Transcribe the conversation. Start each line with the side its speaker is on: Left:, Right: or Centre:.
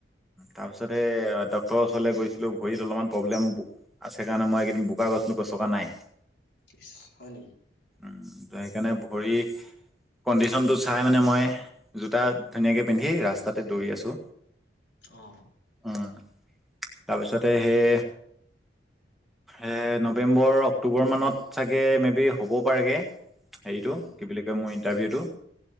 Centre: তাৰপিছত সেই ডক্তৰৰ ওচৰলৈ গৈছিলো ভৰিত অলপমান প্ৰব্লেম আছে কাৰণে মই এইদ বোকা গছকা নাই
Left: ইছ হয় নে
Centre: উম ত' সেইকাৰণে ভৰি কণ্ডিশ্যনটো চাই মানে মই জোতা ধুনীয়াকে পিন্ধি ৰাস্তাতে দৌৰি আছো
Left: অ
Centre: উম তাৰপিছতে সেই এ নৱেম্বৰ অক্টোবৰ মানত চাগে মে বি হ'বও পাৰেগে হেৰিটো
Left: উম
Centre: কি বুলি কয় মোৰ ইন্টাৰভিউটো
Left: উম